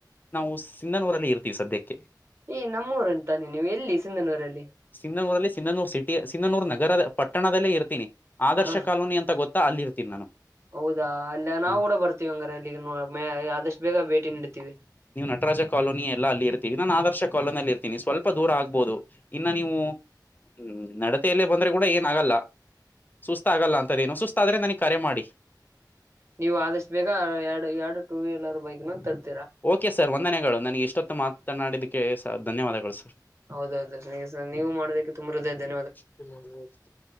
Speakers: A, on the left; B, on the right.
A: ನಾವು ಸಿಂಧನೂರಲ್ಲಿ ಇರ್ತೀವಿ ಸದ್ಯಕ್ಕೆ
B: ಏ ನಮ್ಮೂರುಂತಾನೆ ನೀವು ಎಲ್ಲಿ ಸಿಂಧನೂರಲ್ಲಿ
A: ಸಿಂಧನೂರಲ್ಲಿ ಸಿಂಧನೂರ್ ಸಿಟಿ ಸಿಂಧನೂರು ನಗರದ ಪಟ್ಟಣದಲ್ಲೇ ಇರ್ತೀನಿ ಆದರ್ಶ
B: ಹ
A: ಕಾಲೋನಿ ಅಂತ ಗೊತ್ತಾ ಅಲ್ಲಿ ಇರ್ತೀನಿ ನಾನು
B: ಹೌದಾ ಅಲ್ಲ ನಾವು
A: ಹ
B: ಕೂಡ ಬರ್ತೀವಿ ಹಂಗ್ರ ಅಲ್ಲಿ ಆದಷ್ಟು ಬೇಗ ಭೇಟಿ ನೀಡ್ತಿವಿ
A: ನೀವು ನಟರಾಜ ಕಾಲೋನಿ ಎಲ್ಲ ಅಲ್ಲಿ ಇರು ಈಗ ನಾನ ಆದರ್ಶ ಕಲದಲ್ಲಿ ಇರ್ತೀನಿ ಸ್ವಲ್ಪ ದೂರ ಆಗ್ಬೋದು ಇನ್ನ ನೀವು ಹ್ಮ್ ನಡತೆಯಲ್ಲೇ ಬಂದ್ರೆ ಕೂಡ ಏನ್ ಆಗಲ್ಲ. ಸುಸ್ತ ಆಗಲ್ಲ ಅಂತದ ಏನು ಸುಸ್ತ ಆದ್ರೆ ನನಗ್ ಕರೆ ಮಾಡಿ.
B: ನೀವು ಆದಷ್ಟು ಬೇಗ ಎರಡು ಎರಡು ಟೂ ವೀಲರ್ ಬೈಕ್ ನ ತರ್ತೀವಿ.
A: ಓಕೆ ಸರ್ ವಂದನೆಗಳು ನನಗೆ ಇಷ್ಟೊತ್ತು ಮಾತನಾಡಿದಕ್ಕೆ ಸ ಧನ್ಯವಾದಗಳು ಸರ್.
B: ಹೌದೌದು ಸರ ನೀವು ಮಾಡೋದಕ್ಕೆ ತುಂಬು ಹೃದಯದ
A: <inaudible>